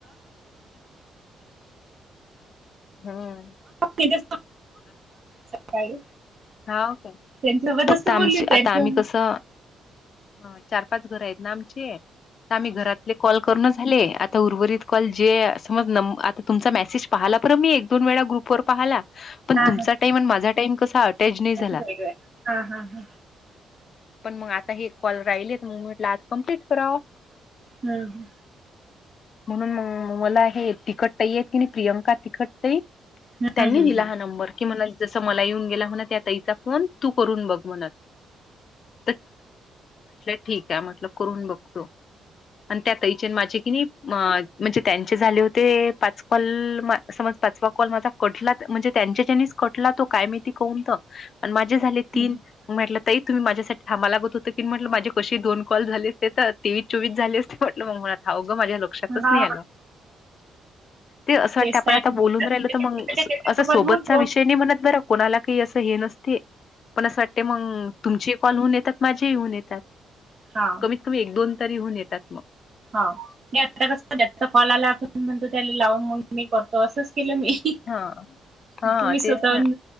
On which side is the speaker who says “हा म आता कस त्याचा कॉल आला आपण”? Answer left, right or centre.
Right